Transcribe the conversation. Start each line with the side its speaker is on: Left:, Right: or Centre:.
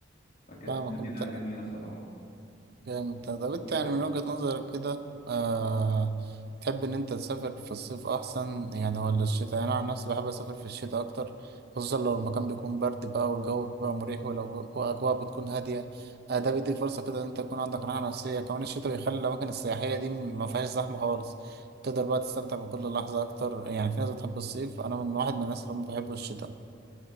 Left: فكانت
Right: فاهمك
Left: مدينة
Right: انت
Left: جميلة صراحة
Right: جامد ده طب انت
Left: جربت
Right: يعني من وجهة نظرك كده آه تحب ان انت تسافر في الصيف احسن يعني ولا الشتاء يعني انا عن نفسي بحب اسافر في الشتاء اكتر خصوصا لو المكان بيكون برد بقى والجو بيبقى مريح والاجواء بتكون هادية آه ده بيديك فرصة كده ان انت تكون عندك راحة نفسية كمان الشتاء بيخلي الاماكن السياحية دي ما فيهاش زحمة خالص تقدر بقى تستمتع بكل لحظة اكتر يعني في ناس بتحب الصيف انا من واحد من الناس اللي ما بحب الشتاء